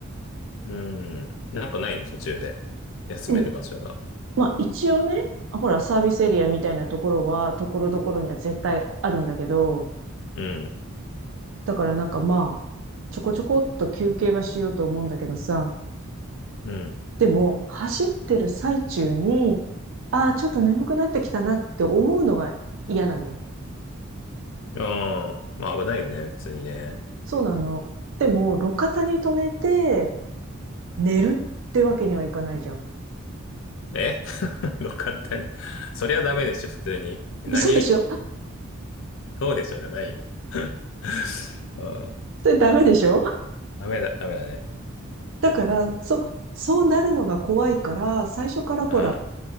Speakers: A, on the left; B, on the right.
A: うん。なんかないの途中で。休める場所が。
B: うん。まあ一応ね、あほら、サービスエリアみたいなところは、ところどころには絶対あるんだけど、
A: うん、
B: だからなんかまあ、ちょこちょこっと休憩はしようと思うんだけどさ、
A: うん。
B: でも、走ってる最中に、ああ、ちょっと眠くなってきたなって思うのが嫌なのよ。
A: ああ、まあ危ないよね、普通にね。
B: そうなの。でも、路肩に止めて寝るってわけにはいかないじゃん。
A: え <laughs> どかったね。そりゃダメでしょ、普通に。何、
B: <laughs> そうでしょ
A: そうでしょ、じゃないよ。<laughs> うん、
B: それダメでしょ
A: ダメだ、ダメだね。
B: だから、そう、そうなるのが怖いから、最初からほら、
A: うん、